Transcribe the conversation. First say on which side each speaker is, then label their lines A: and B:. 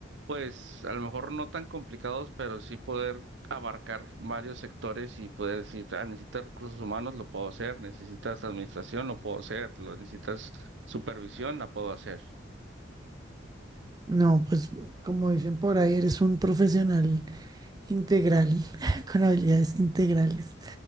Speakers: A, on the right; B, on the right.
A: pues a lo mejor no tan complicados, pero sí poder abarcar varios sectores y poder decir, ah, necesitas recursos humanos, lo puedo hacer, necesitas administración, lo puedo hacer, lo necesitas supervisión, la puedo hacer.
B: No, pues como dicen por ahí, eres un profesional integral, <laughs> con habilidades integrales.